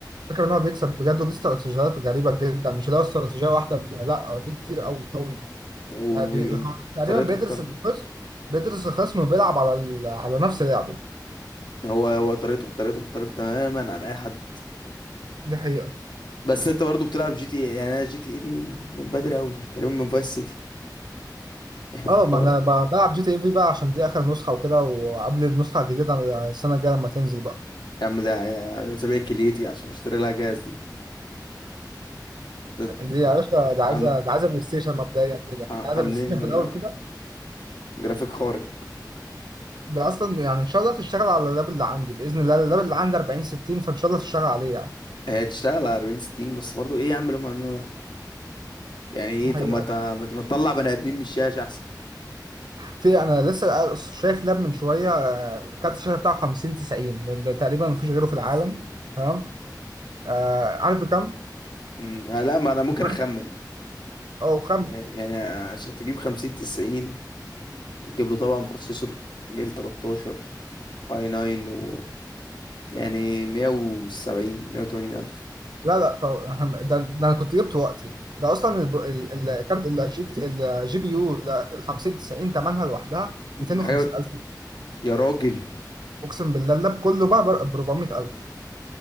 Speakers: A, on the right; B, on the left.
A: الفكره ان هو بيكسب بجد ودي استراتيجيات غريبه جدا مش اللي هو استراتيجيه واحده ب- لا دي كتير قوي قوي
B: وطريقته
A: يعني بي... هو تقريبا بيدرس
B: مختلفه
A: الخصم بيدرس الخصم وبيلعب على ال... على نفس لعبه
B: هو هو طريقته طريقته مختلفة تماما عن أي حد
A: دي حقيقة
B: بس أنت برضه بتلعب جي تي إيه يعني أنا جي تي إيه دي من من بدري أوي تقريبا من فايس سيتي <laughs> يعني
A: اه ما
B: هو
A: انا ب- بلعب جي تي اي في بقى عشان دي اخر نسخة وكده وقبل النسخة الجديدة السنة الجاية لما تنزل بقى
B: يا عم ده ع- سابق كليتي عشان أشتري لها جهاز دي ده
A: دي يا باشا دي عايزه
B: عم
A: دي عايزه بلاي ستيشن مبدئيا كده دي
B: ع-
A: عايزه
B: عاملين
A: بلاي ستيشن في الاول كده
B: جرافيك خارق
A: ده اصلا يعني ان شاء الله تشتغل على اللاب اللي عندي باذن الله اللاب اللي عندي 40 60 فان شاء الله تشتغل عليه يعني
B: هي تشتغل على 40 60 بس برضه إيه يا عم اللي هم عاملينه ده يعني إيه
A: دي حقيقه
B: طب ما ت- ما ت- ما تطلع بني آدمين من الشاشة أحسن
A: في انا لسه شايف لاب من شويه آه، كارت الشاشه بتاعه 50 90 ده, ده تقريبا مفيش غيره
B: 50
A: في العالم
B: 90
A: تمام آه عارف بكام؟
B: أمم، آه، لا ما أنا ممكن
A: بكام؟
B: أخمن
A: او خم
B: يعني عشان تجيب 50 90 وتجيب له طبعا بروسيسور جيل 13 اي 9 و يعني 170 180 الف
A: لا لا طب <laughs> أهم- ده, ده انا كنت جبته وقتي ده اصلا الب- ال- الكارت الجي الجي بي يو ال 50 90 ثمنها لوحدها 250000
B: حاجه يا راجل
A: اقسم بالله اللاب كله بقى ب 400000